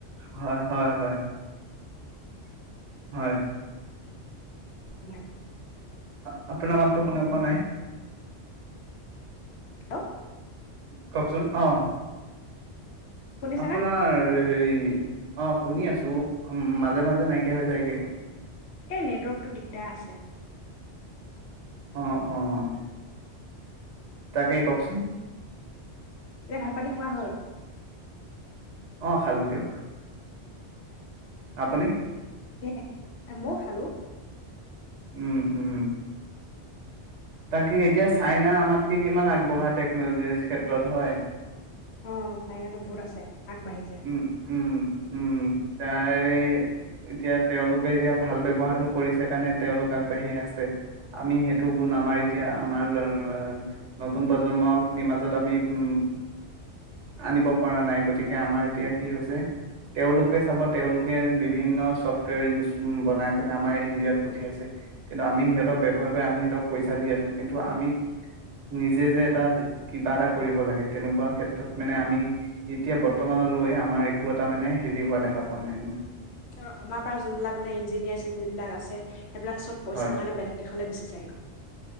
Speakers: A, on the right; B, on the left.
A: হয়-হয়-হয়।
B: <inaudible>
A: হয়।
B: মই।
A: আ, আপোনাৰ মাতো শুনা পোৱা নাই।
B: আ
A: কওকচোন অ'।
B: শুনিছানে
A: আপোনাৰ হেৰি অ, শুনি আছোঁ, উম মাজে-মাজে নাইকিয়া হৈ যায়গৈ।
B: এই নেটৱৰ্কটো দিগদাৰ আছে।
A: অ'-অ'-অ' তাকে কওঁকচোন।
B: এয়া ভাত পানী খোৱা হ'ল।
A: অ খালোঁ দিয়ক। আপুনি?
B: এ মই খালোঁ।
A: উম--উম। তাকে এতিয়া চাইনা আমাতকে কিমান আগবঢ়া টেকন'লজিৰ ক্ষেত্ৰত হয়।
B: অ চাইনাতো বহুত আছে আগবাঢ়িছে
A: উম--উম--উম। উম, তাৰে এতিয়া তেওঁলোকে এতিয়া ভাল ব্যৱহাৰটো কৰিছে কাৰণে তেওঁলোক আগবাঢ়ি আছে আমি সেইটো গুণ আমাৰ এতিয়া আমাৰ <unintelligible> নতুন প্ৰজন্মখিনিৰ মাজত আমি উম আনিব পৰা নাই গতিকে আমাৰ এতিয়া কি হৈছে, তেওঁলোকে চাব তেওঁলোকে বিভিন্ন চফ্টৱেৰ ইউজ বনাই পেলাই আমাৰ ইণ্ডিয়াত পঠিয়াইছে কিন্তু আমি সিহঁতক ব্যৱহাৰ কৰি আমি সিহঁতক পইচা দি আছোঁ কিন্তু আমি নিজে যে এটা কিবা এটা কৰিব লাগে তেনেকুৱা ক্ষেত্ৰত মানে আমি এতিয়া বৰ্তমানলৈ আমাৰ একো এটা মানে হেৰি হোৱা দেখা পোৱা নাই মই।
B: অ', আমাৰ পৰা যোনবিলাক মানে ইঞ্জিনিয়াৰ চিনঞ্জিনিয়াৰবিলাক আছে সেইবিলাক পইচাৰ
A: হয়
B: কাৰণে বেলেগ দেশলৈ গুচি যায়। <unintelligible>